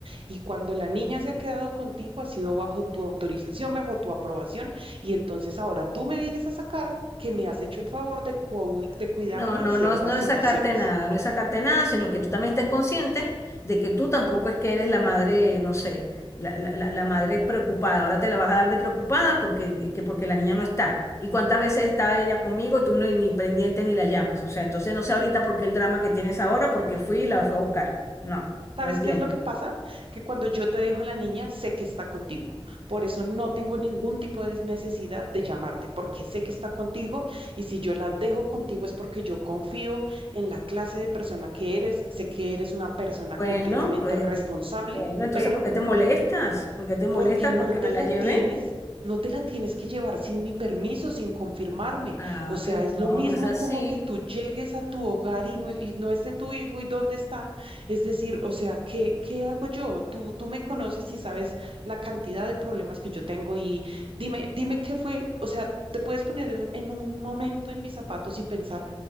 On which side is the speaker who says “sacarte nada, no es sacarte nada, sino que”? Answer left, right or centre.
Left